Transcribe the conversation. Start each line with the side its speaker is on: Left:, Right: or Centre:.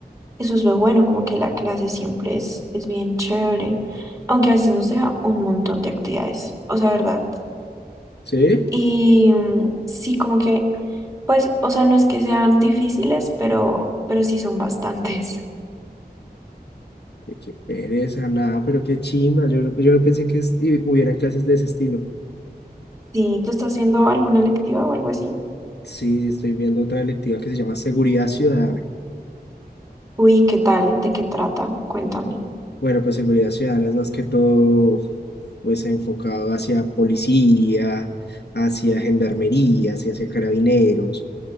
Right: Eso es lo bueno, como que la clase siempre es, es bien chévere, aunque a veces nos deja un montón de actividades, o sea, ¿verdad?
Left: ¿Sí?
Right: Y mm, sí, como que, pues, o sea, no es que sean difíciles, pero, pero sí son bastantes. <laughs>
Left: Ay, Qué pereza, nada, pero qué chimba. Yo, no- yo no pensé que es- y hubiera clases de ese estilo.
Right: Sí, ¿tú estás haciendo alguna electiva o algo así?
Left: Sí, sí, estoy viendo otra electiva que se llama Seguridad Ciudadana.
Right: Uy, ¿qué tal? ¿De qué trata? Cuéntame.
Left: Bueno, pues seguridad ciudadana es más que todo, pues enfocado hacia policía, hacia gendarmería, hacia, hacia carabineros,